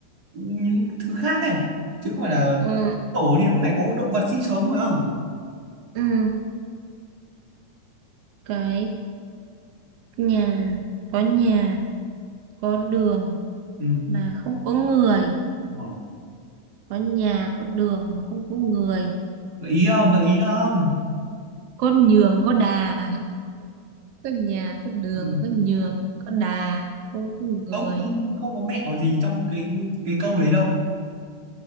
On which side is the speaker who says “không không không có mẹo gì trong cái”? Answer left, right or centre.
Right